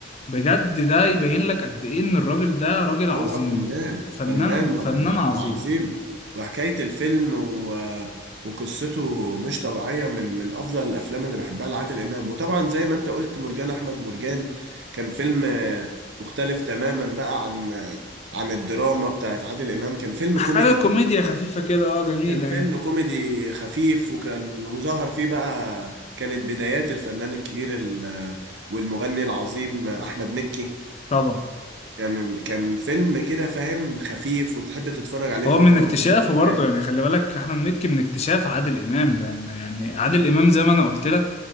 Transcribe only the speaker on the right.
هو فنان
فنان
وعظيم وحكاية الفيلم و... وقصته مش طبيعية من من أفضل الأفلام اللي بحبها لعادل إمام وطبعا زي ما أنت قلت مرجان أحمد مرجان كان فيلم آه، مختلف تماما بقى عن آه، عن الدراما بتاعت عادل إمام كان فيلم
كوميدي
كان فيلم
كوميدي خفيف وكان وظهر فيه بقى كانت بدايات الفنان الكبير ال... والمغني العظيم أحمد مكي
كان كان فيلم كده فاهم خفيف وتحب تتفرج عليه
مرة
واتنين
وتلاتة